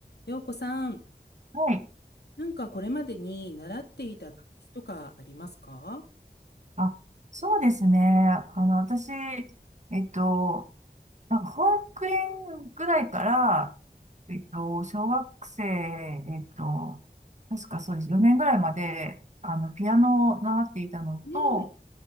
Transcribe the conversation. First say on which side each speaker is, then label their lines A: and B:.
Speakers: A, on the left (about 80°); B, on the right (about 45°).
A: よう子さん、
B: はい。
A: なんかこれまでに習っていた楽器とかありますか
B: あ、そうですね。あの、私、えっと、なんか保育園ぐらいから、えっと、小学生、えっと、確かそうです。4年ぐらいまで、あの、ピアノを習っていたのと、
A: うん。